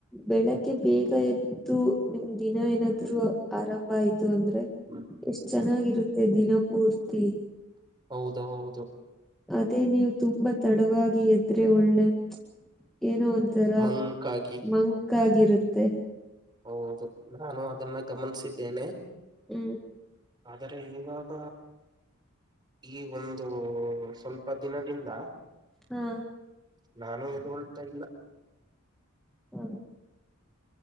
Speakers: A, in the centre; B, on the right.
A: ಬೆಳಗ್ಗೆ ಬೇಗ ಎದ್ದು ನಿಮ್ ದಿನ ಏನಾದ್ರು ಆರಂಭ ಆಯ್ತು ಅಂದ್ರೆ
B: ಹ್ಮ್
A: ಎಷ್ಟ್ ಚೆನ್ನಾಗಿರುತ್ತೆ ದಿನಪೂರ್ತಿ
B: ಹೌದು ಹೌದು
A: ಅದೇ ನೀವು ತುಂಬಾ ತಡವಾಗಿ ಎದ್ರೆ ಒಳ್ಳೆ ಏನೋ ಒಂಥರ
B: ಮಂಕಾಗಿ
A: ಮಂಕ ಆಗಿರುತ್ತೆ
B: ಹೌದು ನಾನು ಅದನ್ನ ಗಮನಿಸಿದ್ದೇನೆ
A: ಹ್ಮ್
B: ಆದರೆ ಇವಾಗ ಈ ಒಂದು ಸ್ವಲ್ಪ ದಿನದಿಂದ
A: ಹಾ
B: ನಾನು ಇದುಗೊಳ್ತಾ ಇಲ್ಲ
A: ಹ್ಮ